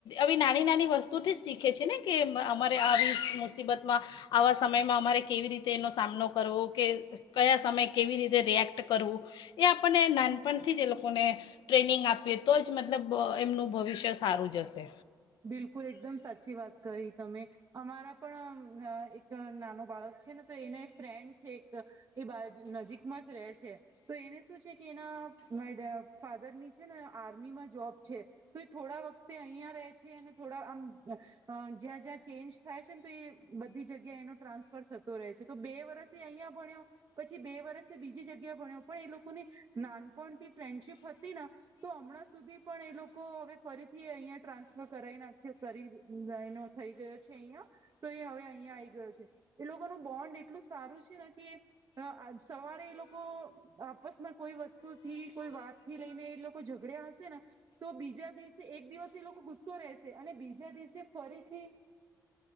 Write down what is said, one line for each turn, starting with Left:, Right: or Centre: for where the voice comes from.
Left: આવી નાની નાની વસ્તુથી શીખ શખે છે ને કે અમારે આવી મુસીબતમાં આવા સમયમાં અમારે કેવી રીતે એનો સામનો કરવો કે કયા સમયે કેવી રીતે રિએક્ટ કરવું એ આપણને નાનપણથી જ એ લોકોને ટ્રેનિંગ આપીએ તો જ મતલબ એમનું ભવિષ્ય સારું જશે
Right: બિલકુલ એકદમ સાચી વાત કહી તમે અમારા પણ એક નાનો બાળક છે. ને તો એના એક ફ્રેન્ડ છે એક એ બાર નજીકમાં જ રહે છે તો એને શું છે કે એના ફાધર ની છે ને આર્મીમાં જોબ છે તો એ થોડા વખતે અહં થો જ્યાં જ્યાં ચેન્જ થાય છે ને તો એ બધી જગ્યા એ ટ્રાન્સફર થ રહે છે તો બે વર્ષથી અહિયાં ભણ્યો પછી બે વર્ષથી બીજી જગ્યા ભણ્યો પણ એ લોકોને નાનપણથી ફ્રેન્ડશીપ હતી ને તો હમણાં સુધી પણ એ લોકો હવે ફરીથી અહિયાં ટ્રાન્સ કરાઈ નાખ્યો કરી એનો થઈ ગયો છે અહિયાં તો એ હવે અહિયાં આઈ ગયો છે. એ લોકોનું બોન્ડ એટલું સારું છે ને કે સવારે એ લોકો આપસમાં કોઈ વસ્તુ થી કોઈ વાત થી લઈને એ લોકો ઝઘડ્યા હશે ને તો બીજા દિવસે એક દિવસે એ લોકો ગુસ્સો રહેશે અને બીજા દિવસે ફરીથી